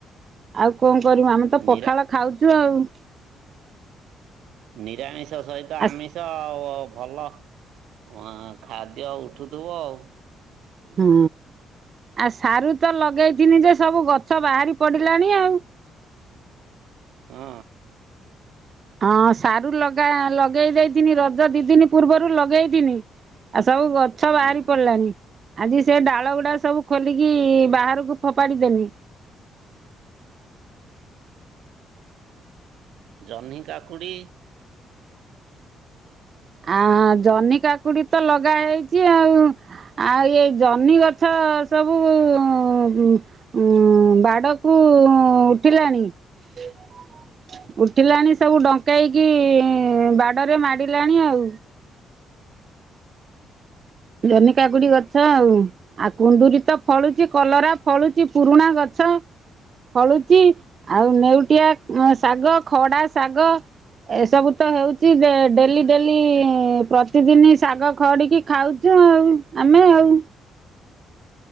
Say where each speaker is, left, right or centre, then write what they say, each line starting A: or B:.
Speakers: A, on the right; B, on the right.
A: ଆଉ କ କରିବୁ ଆମେ ତ ପଖାଳ
B: ନିରା
A: ଖାଉଛୁ ଆଉ।
B: ନିରାମିଷ ସହିତ ଆମିଷ
A: ଆସ୍
B: ଆଉ। ଭଲ ଅଁ ଖାଦ୍ୟ ଉଠୁଥୁବ ଆଉ।
A: ହଁ। ଆ ସାରୁ ତ ଲଗେଇଥିନି ଯେ ସବୁ ଗଛ ବାହାରି ପଡିଲାଣି ଆଉ।
B: ହଁ।
A: ହଁ ସାରୁ ଲଗା ଲଗେଇ ଦେଇଥିନି ରଜ ଦି ଦିନ ପୂର୍ବରୁ ଲଗେଇଥିନି ଆ ସବୁ ଗଛ
B: ହୁଁ
A: ବାହାରି ପଡିଲାଣି। ଆଜି ସେ ଡାଳ ଗୁଡା ସବୁ ଖୋଲିକି ବାହାରକୁ ଫୋପାଡିଦେନି।।
B: ଜହ୍ନି କାକୁଡ଼ି।
A: ଆଁ ଜହ୍ନି କାକୁଡି ତ ଲଗା ହେଇଛି ଆଉ ଆଉ ଏଇ ଜହ୍ନି ଗଛ। ଅ ସବୁ ଉଁ ଉଁ ବାଡ କୁ ଉଠିଲାଣି। ହ। ଉଠିଲାଣି
B: ହଁ
A: ସବୁ ଡଙ୍କେଇକି ବାଡରେ ମାଡ଼ିଲାଣି ଆଉ। ଜହ୍ନି କାକୁଡି ଗଛ ଆଉ ଆଉ କୁନ୍ଦୁରି ତ ଫଳୁଛି କଲରା। ଫଳୁଛି ପୁରୁଣା ଗଛ। ଫଳୁଛି ଆଉ ନେଉଟିଆ ଅ ଶାଗ ଖଡା ଶାଗ। ଏସବୁ ତ ହେଉଛି ଏ ଡେଲି ଡେଲି ପ୍ରତିଦିନି ଶାଗ ଖଡିକି ଖାଉ ଚୁ ଆଉ ଆମେ ଆଉ।